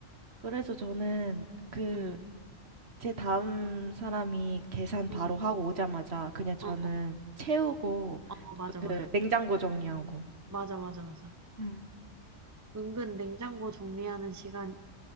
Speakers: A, on the right; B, on the right.
A: 그래서 저는 그,
B: 응,
A: 제 다음 사람이 계산 바로
B: 응,
A: 하고 오자마자 그냥 저는
B: 응, 응.
A: 채우고,
B: 어, 맞아,
A: 그,
B: 맞아.
A: 냉장고 정리하고.
B: 맞아, 맞아, 맞아.
A: 응,
B: 은근 냉장고 정리하는 시간이